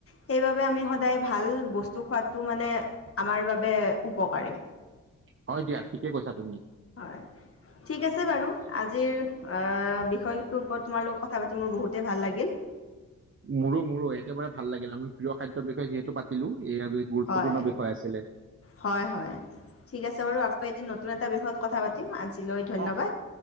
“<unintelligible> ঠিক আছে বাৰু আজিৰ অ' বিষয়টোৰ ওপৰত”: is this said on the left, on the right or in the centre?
Left